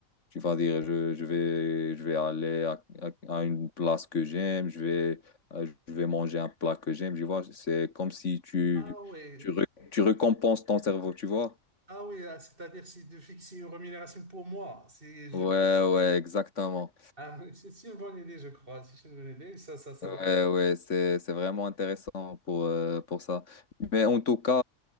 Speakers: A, on the left (about 55°); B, on the right (about 40°).
A: tu vas dire, je, je vais, je vais aller à, à- à une place que j'aime, je vais, euh, je vais manger un plat que j'aime, tu vois. C'est comme si tu,
B: ah oui,
A: tu, re- tu récompenses ton cerveau, tu vois.
B: ah oui, ah, c'est-à-dire c'est de fixer une rémunération pour moi. C'est je
A: Ouais, ouais, exactement.
B: Ah, oui, c'est c'est une bonne idée, je crois. C'est une bonne idée. Ça, ça, ça
A: Ouais,
B: va.
A: ouais, c'est, c'est vraiment intéressant pour, euh, pour ça. Mais en tout cas,